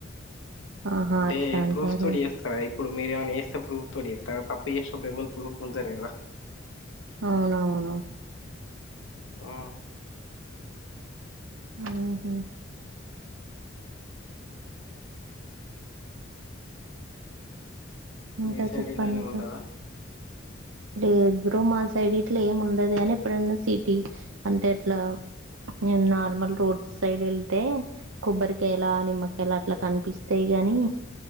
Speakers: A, on the right; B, on the left.
A: ఆహా
B: అంటే
A: అట్లంటారా
B: ప్రూఫ్స్ తోటి చేస్తారా ఇప్పుడు మీరేమన్న చేస్తే ప్రూఫ్ తోటి చెప్తారా తప్పు చేసేటప్పుడు ఎవ్వళ్ళు ప్రూఫ్ ఉంచరు కదా
A: అవునవును
B: ఆ
A: మ్మ్ఉహ్మ్ ఇంకా
B: మీ సైడ్
A: చెప్పండి
B: ఇలానే
A: ఇక
B: ఉంటదా
A: లేదు బ్రో మా సైడ్ ఇట్లా ఏం ఉండదు కాని ఎప్పుడన్నా సిటీ అంటే అట్లా నేను నార్మల్ రోడ్స్ సైడ్ ఎళ్తే కొబ్బరికాయల నిమ్మకాయలు అట్లా కనిపిస్తాయి గాని